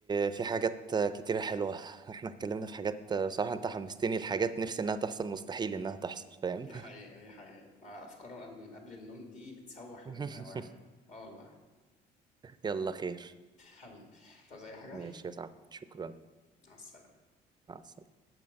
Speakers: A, on the right; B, on the left.
A: في حاجات كتيرة حلوة احنا اتكلمنا في حاجات آه، بصراحة انت حمستني لحاجات نفسي انها تحصل مستحيل انها تحصل فاهم
B: دي حقيقة دي حقيقة آه، أفكار قبل قبل النوم دي بتسوح
A: <laughs>
B: الواحد اه والله
A: يلا خير
B: حبيبي طب زي حاجة
A: ماشي يا صاحبي شكرا
B: مع السلامة
A: مع السلامة